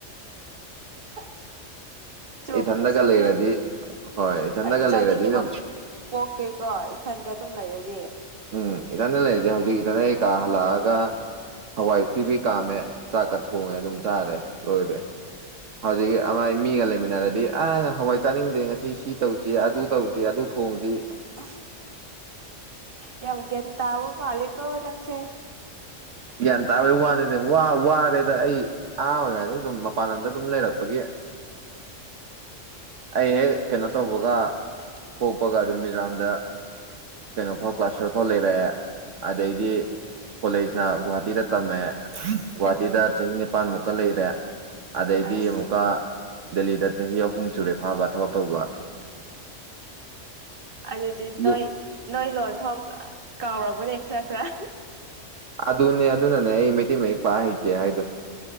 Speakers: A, on the right; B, on the right.
A: ꯍ ꯆꯨꯝꯃꯨ
B: ꯏꯊꯟꯗꯒ
A: ꯆꯨꯝꯃꯦ
B: ꯂꯩꯔꯗꯤ ꯏꯊꯟꯗꯒ
A: ꯍꯣꯏ ꯆꯥꯅꯤꯡꯗꯕ
B: ꯂꯩꯔꯗꯤ ꯑꯗꯨꯝ
A: ꯄꯣꯛꯇꯦꯀꯣ ꯏꯊꯟꯗ ꯑꯗꯨꯝ ꯂꯩꯔꯗꯤ
B: ꯎꯝ ꯏꯊꯟꯗ ꯂꯩꯔꯗꯤ ꯍꯧꯖꯤꯛ ꯏꯇꯅꯩ ꯀꯥ ꯍꯜꯂꯛꯑꯒ ꯍꯋꯥꯏ ꯐꯤꯕꯤ ꯀꯥꯝꯃꯦ ꯆꯥꯛꯀ ꯊꯣꯡꯉꯦ ꯑꯗꯨꯝ ꯆꯥꯔꯦ ꯂꯣꯏꯔꯦ ꯍꯧꯖꯤꯛ ꯑꯃꯥꯏ ꯃꯤꯒ ꯂꯩꯃꯤꯟꯅꯔꯗꯤ ꯑ ꯍꯋꯥꯏ ꯆꯥꯅꯤꯡꯗꯦ ꯉꯁꯤ ꯁꯤ ꯇꯧꯁꯤ ꯑꯗꯨ ꯇꯧꯁꯤ ꯑꯗꯨ ꯊꯣꯡꯁꯤ
A: ꯑ ꯌꯥꯝꯦꯝ ꯀ ꯇꯕ ꯃꯥꯂꯤꯀꯣ ꯅꯪꯁ
B: ꯒ꯭ꯌꯥꯟ ꯇꯥꯕꯩ ꯋꯥꯅꯤ ꯋꯥꯔꯦꯗ ꯑꯩ ꯑꯍꯥ ꯑꯣꯏꯔꯅꯤ ꯑꯗꯨꯝ ꯃꯄꯥꯟ ꯂꯝꯗ ꯑꯗꯨꯝ ꯂꯩꯔꯛꯄꯒꯤ ꯑꯩ ꯍꯦꯛ ꯀꯩꯅꯣ ꯇꯧꯕꯒ ꯄꯣꯛꯄꯒ ꯑꯗꯨꯝ ꯃꯤꯖꯣꯔꯥꯝꯗ ꯀꯩꯅꯣꯐꯥꯎ ꯀ꯭ꯂꯥꯁ ꯇꯨꯌꯦꯞ ꯐꯥꯎ ꯂꯩꯔꯛꯑꯦ ꯑꯗꯩꯗꯤ ꯀꯣꯂꯦꯖꯅ ꯒꯨꯍꯥꯇꯤꯗ ꯇꯝꯃꯦꯦ ꯒꯨꯍꯥꯇꯤꯗ
A: ꯎꯝ
B: ꯆꯍꯤ ꯅꯤꯄꯥꯜꯃꯨꯛꯀ ꯂꯩꯔꯦ ꯑꯗꯩꯗꯤ
A: ꯑꯁ
B: ꯑꯃꯨꯀ ꯗꯂꯤꯗꯥ ꯆ ꯍ ꯑꯍꯨꯝꯁꯨꯨꯔꯦ ꯐꯥꯕ ꯊꯕꯛ ꯇꯧꯕ
A: ꯑꯗꯨꯗꯤ
B: ꯌꯨ
A: ꯅꯣꯏ ꯅꯣꯏ ꯂꯣꯟ ꯐꯥꯎ ꯀꯥꯎꯔꯔꯕꯅꯦ ꯈꯔ ꯈꯔ
B: ꯑꯗꯨꯅꯦ ꯑꯗꯨ ꯅꯅꯦ ꯑꯩ ꯃꯦꯇ ꯃꯦ ꯄ ꯍꯇ ꯍꯥꯏꯣ